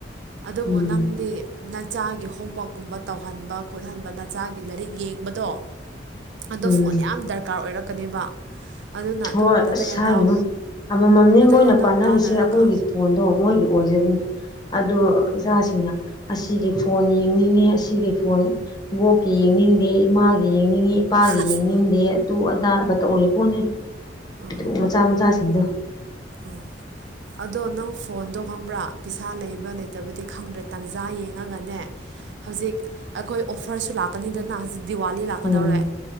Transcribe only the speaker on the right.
ꯑꯗꯨꯕꯨ
ꯅꯪꯗꯤ ꯅꯆꯥꯒꯤ ꯍꯣꯝꯋꯥꯛꯀꯨꯝꯕ ꯇꯧꯍꯟꯕ ꯈꯣꯠꯍꯟꯕ ꯅꯆꯥꯒꯤ ꯂꯥꯏꯔꯤꯛ ꯌꯦꯡꯕꯗꯣ ꯑꯗꯣ
ꯐꯣꯟ ꯌꯥꯝ ꯗꯔꯀꯥꯔ ꯑꯣꯏꯔꯛꯀꯅꯦꯕ ꯑꯗꯨꯅ ꯑꯗꯨꯝ
ꯅꯇꯩ
ꯅꯅꯥꯎ
ꯅꯇꯩ
ꯅꯅꯥꯎ
ꯇꯥꯟꯅꯔꯒ
ꯎꯝ
ꯑꯩ
ꯑꯁ
ꯎꯝ
ꯎꯝ ꯑꯗꯣ ꯅꯪ ꯐꯣꯟꯗꯣ ꯈꯪꯕ꯭ꯔꯥ ꯄꯩꯁꯥ ꯂꯩꯕ ꯂꯩꯇꯕꯗꯤ ꯈꯪꯗ꯭ꯔꯦ ꯇꯥꯟꯖꯥ ꯌꯦꯡꯉꯒꯅꯦ ꯍꯧꯖꯤꯛ ꯑꯩꯈꯣꯏ ꯑꯣꯐꯔꯁꯨ ꯂꯥꯛꯀꯅꯤꯗꯅ ꯍꯧꯖꯤꯛ ꯗꯤꯋꯥꯂꯤ ꯂꯥꯛꯀꯗꯧꯔꯦ